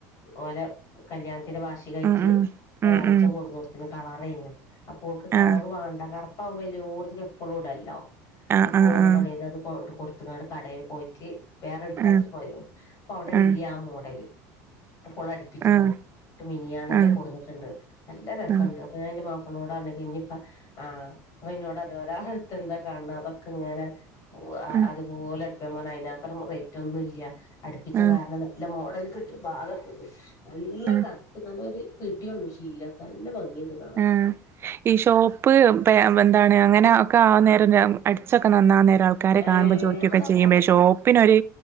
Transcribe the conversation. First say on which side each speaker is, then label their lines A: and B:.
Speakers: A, on the left; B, on the right.
A: ഓലെ കല്യാണ ല്യാണത്തിന്റെ വാർഷികായിട്ട്
B: ഉം ഉം ഉം
A: എളേച്ഛൻ
B: ഉം
A: കൊടുന്ന കൊടുത്തിന്ന് കളറെന്ന് അപ്പൊൾക്ക് കളർ
B: ആഹ്
A: വേണ്ട കറ പ്പാകുംപോ എല്ലോടതുക്കും എപ്പളും ഇടാലോ
B: ആഹ്
A: അപ്പൊ ഓളെന്ത്
B: ആഹ്
A: പണിയെയ്ത് അത് കൊണ്ട് കൊടുത്ത ത്ങ്ങാണ്ട് കടയിൽ പോയിട്ട് വേറെ എടുക്കാച്ചിട്ട്
B: ആഹ്
A: പോയെന്നു അപ്പൊ അവിടെ
B: ആഹ്
A: ഇല്യ ആ മോഡല് ഇപ്പോള് അടിപ്പിച്ചിക്കന്
B: ആഹ്
A: ഇന്നട്ട് മിനിയാന്നേറ്റെ
B: ആഹ് ആഹ്
A: കൊടുന്നിട്ടുണ്ട് നല്ല രസണ്ട്
B: ആഹ്
A: അപ്പൊ ഞാൻ എന്റെ മാപ്പ നോട്‌ പറഞ്ഞിക്കന് ഇനീപ്പോ ആ അപ്പൊ ഇന്നോടാറഞ് ഒരാള അടുത്ത് എന്താ കാണണ അതൊക്കെ ഇങ്ങനെ
B: ആഹ്
A: അ അതുപോലെ എടുത്തു പറ അയിനാത്രം റേറ്റ് ഒന്നുംല്ല അടുപ്പിച്ച
B: ആഹ്
A: കാരണം നല്ല മോഡൽ പാകത്ത നല്ല
B: ആഹ്
A: കറുപ്പ് നല്ലരു പിടിയുള്ള ശീലയോക്കെ നല്ല ഭംഗിണ്ട് കാണണം
B: ആഹ്
A: <unintelligible>
B: ഈ ഷോപ്പ് പേഎന്താണ് അങ്ങനെ ഒക്കെ ആ കനേരം അടിച്ചൊക്കെ നന്നാ ആ നേരം ആൾക്കാരെ
A: ഏഹ്
B: കാണുമ്പോൾ ചോക്കിക്കൊക്കെ
A: അത് അവിടെ
B: ചെയ്യുമ്പ
A: അങ്ങനെയില്ല
B: ഷോഓപ്പിനൊ ഒരു